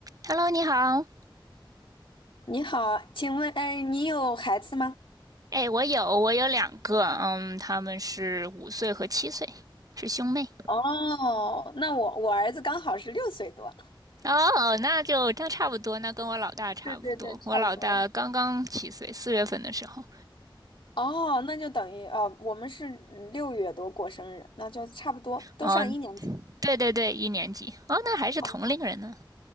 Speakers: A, on the right; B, on the left.
A: Hello，你好。
B: 你好，请问，哎，你有孩子吗？
A: 哎，我有，我有两个，嗯，他们是五岁和七岁，是兄妹。
B: 哦，那我我儿子刚好是六岁多。
A: 哦，那就那差不多，那跟我老大差不多。
B: 对对对，差不多。
A: 我老大刚刚七岁，四月份的时候。
B: 哦，那就等于哦，我们是嗯六月多过生日，那就差不多，都上一年级。
A: 嗯，对对对，一年级。哦，那还是同龄人呢。
B: 哦